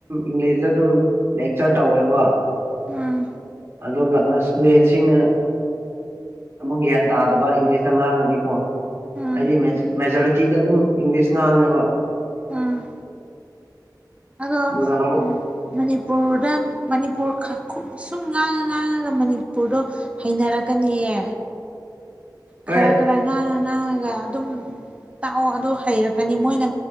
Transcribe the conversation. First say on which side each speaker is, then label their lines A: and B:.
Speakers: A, on the right; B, on the right.
A: ꯏꯪꯂꯤꯁꯇ ꯑꯗꯨꯝ ꯂꯦꯛꯆꯔ ꯇꯧꯋꯦꯕ
B: ꯎꯝ
A: ꯑꯗꯨꯒ ꯏꯁꯇꯨꯗꯦꯟꯁꯤꯡꯅ ꯑꯃꯨꯛ ꯒ꯭ꯌꯥꯟ ꯇꯥꯗꯕ ꯏꯪꯂꯤꯁꯇ ꯉꯥꯡꯉꯗꯤꯀꯣ
B: ꯎꯝ
A: ꯍꯥꯏꯗꯤ ꯃꯦꯖꯣꯔꯤꯇꯤꯗ ꯑꯗꯨꯝ ꯏꯪꯂꯤꯁ ꯉꯥꯡꯉꯦꯕ
B: ꯎꯝ ꯑꯗꯣ
A: ꯑꯗꯨꯒ ꯑꯃꯨꯛ
B: ꯎꯝ ꯃꯅꯤꯄꯨꯔꯗ ꯃꯅꯤꯄꯨꯔ ꯁꯨꯝ ꯉꯥꯡꯉ ꯉꯥꯡꯉꯒ ꯃꯅꯤꯄꯨꯔꯗꯣ ꯍꯩꯅꯔꯛꯀꯅꯤꯌꯦ
A: ꯍꯣꯏ
B: ꯈꯔ ꯈꯔ ꯉꯥꯡꯉ ꯉꯥꯡꯉꯒ ꯑꯗꯨꯝ ꯇꯥꯛꯑꯣ ꯑꯗꯨ ꯍꯩꯔꯛꯀꯅꯤ ꯃꯣꯏ ꯅ